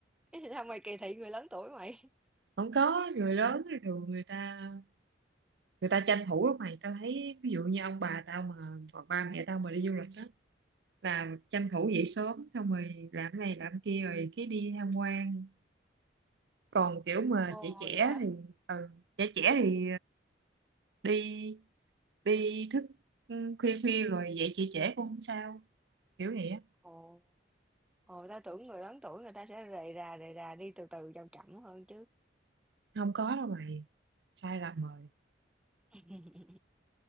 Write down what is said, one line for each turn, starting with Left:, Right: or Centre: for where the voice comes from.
Centre: thì sao mày kỳ thị người lớn tuổi mày?
Right: không có người lớn thì thường người ta người ta tranh thủ lắm mày tao thấy ví dụ như ông bà tao mà hoặc ba mẹ tao mà đi du lịch đó là tranh thủ dậy sớm xong rồi làm này làm kia rồi cái đi tham quan còn kiểu mà trẻ
Centre: Ồ,
Right: trẻ
Centre: vậy hả?
Right: thì ừ, trẻ trẻ thì đi đi thức ừ, khuya khuya rồi dậy trễ trễ cũng không sao kiểu vậy á
Centre: Ồ, ồ, ta tưởng người lớn tuổi người ta sẽ rề rà, rề rà, đi từ từ chậm chậm hơn chứ.
Right: không có đâu mày sai lầm rồi
Centre: <laughs>